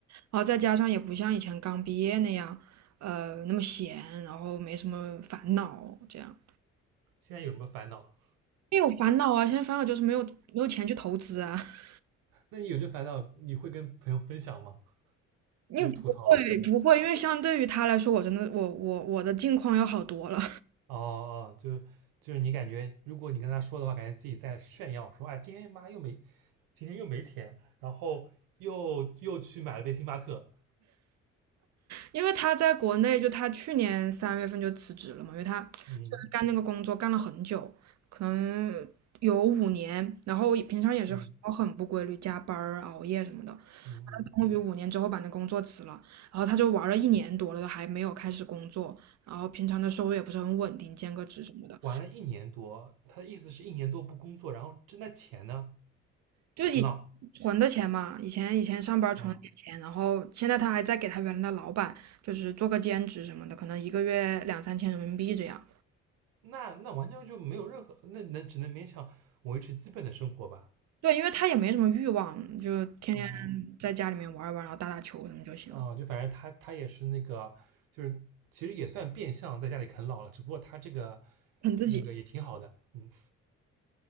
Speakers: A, on the right; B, on the right.
A: 然后再加上也不像以前刚毕业那样，呃，那么闲，然后没什么烦恼这样。
B: 现在有什么烦恼？
A: 因为有烦恼啊，现在烦恼就是没有没有钱去投资啊。<laughs>
B: 那你有这烦恼，你会跟朋友分享吗？
A: 因为不会不会，
B: 就是吐槽，
A: 因为相对于他来说，我真的我我我的境况要好多了。
B: 哦哦，就是就是你感觉，如果你跟他说的话，感觉自己在炫耀，说哎，今天妈又没，今天又没钱，然后又又去买了杯星巴克，
A: 因为他在国内，就他去年三月份就辞职了嘛，因为他他干那个工作干了很久，
B: 嗯
A: 可能有五年，然后平常也是很不规律，
B: 嗯。
A: 加班儿、熬夜什么的。
B: 嗯，嗯
A: 他终于五年之后把那工作辞了，然后他就玩了一年多了，都还没有开始工作，然后平常的收入也不是很稳定，兼个职什么的，
B: 玩了一年多，他的意思是一年多不工作，然后挣的钱呢
A: 就是以存的钱嘛，
B: 啃老
A: 以前以前上班存了点钱，
B: 啊、哦
A: 然后现在他还在给他原来的老板，就是做个兼职什么的，可能一个月两三千人民币这样。
B: 那那完全就没有任何，那能只能勉强维持基本的生活吧。
A: 对，因为他也没什么欲望，就天天
B: 哦
A: 在家里面玩一玩，然后打打球什么就行了，
B: 哦，就反正他他也是那个，就是其实也算变相在家里啃老了，只不过他这个
A: 很自己。
B: 那个也挺好的，嗯